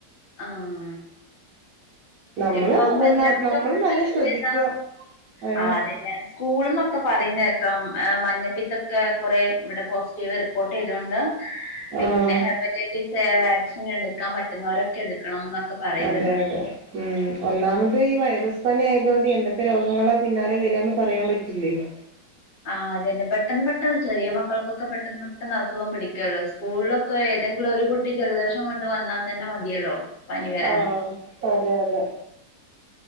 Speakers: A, on the left; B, on the right.
A: ആഹ്
B: നമ്മള്
A: ഇപ്പം എല്ലായിടത്തും
B: നമ്മള്
A: <unintelligible>
B: നല്ല ശ്രദ്ധിക്കുക ഏ
A: ആ അതന്നെ സ്കൂൾ എന്നൊക്കെ പറയുന്നേക്കാം. മഞ്ഞപ്പിത്തൊക്കെ കുറെ ഇവിടെ പോസിറ്റീവ് റിപ്പോർട്ട് ചെയ്തുകൊണ്ട് പിന്നെ
B: ആഹ്
A: ഹെപ്പറ്റൈറ്റിസ് എ വാക്സിൻ എടുക്കാൻ പറ്റുന്നവരൊക്കെ എടുക്കണം. എന്നൊക്കെ പറയുന്നുണ്ട്
B: അതെ അതെ ഉം ഒന്നാമത് ഈ വൈറസ് പനി ആയത കൊണ്ട് എന്തൊക്കെ രോഗങ്ങളാ പിന്നാലെ വരിന്ന് പറയാൻ പറ്റില്ലല്ലോ.
A: ആഹ് അതന്നെ പെട്ടെന്ന് പെട്ടെന്ന് ചെറിയ മക്കൾക്കൊക്കെ പെട്ടെന്ന് പെട്ടെന്ന് അസുഖം പടിക്കല്ലോ. സ്കൂളിലൊക്കെ ഏതെങ്കിലും ഒരു കുട്ടി ജലദോഷം കൊണ്ട് വന്നാൽ തന്നെ മതിയല്ലോ. പനി വരാൻ
B: ആഹ് അതെ അതെ